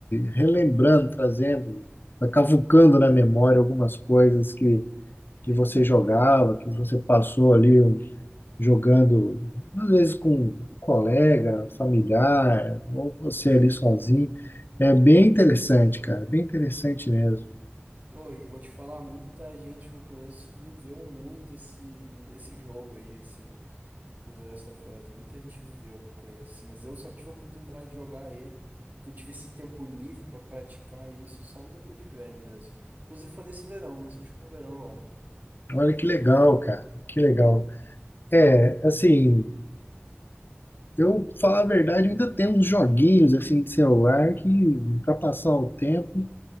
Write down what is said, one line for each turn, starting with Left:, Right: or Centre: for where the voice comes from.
Left: relembrando, trazendo, vai cavucando na memória algumas coisas que, que você jogava, que você passou ali um, jogando, às vezes com um colega, familiar, ou você ali sozinho. É bem interessante, cara, bem interessante mesmo.
Right: Oi, eu vou te falar, muita gente que eu conheço viveu muito esse, esse jogo aí, esse o The Last of Us. Muita gente viveu que eu conheço, assim, mas eu só tive a oportunidade de jogar ele, que eu tive esse tempo livre pra praticar isso só depois de velho mesmo. Inclusive foi nesse verão, nesse último verão agora.
Left: Olha que legal, cara, que legal. É, assim. Eu, falar a verdade, eu ainda tenho uns joguinhos assim de celular que, para passar o tempo,